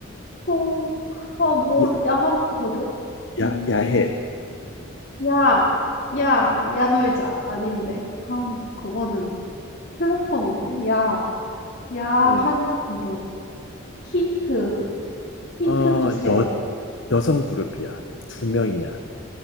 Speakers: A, on the left; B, on the left.
A: 어. 아 뭘
B: 예-
A: 야한 그룹?
B: 야,
A: 음.
B: 야해.
A: 야. 야.
B: 음,
A: 야 놀자. 아닌데. 아, 그거는 플랫폼인데. 야. 야한
B: 음.
A: 그룹. 힌트. 힌트
B: 어,
A: 주세요.
B: 여, 여성 그룹이야. 두 명이야.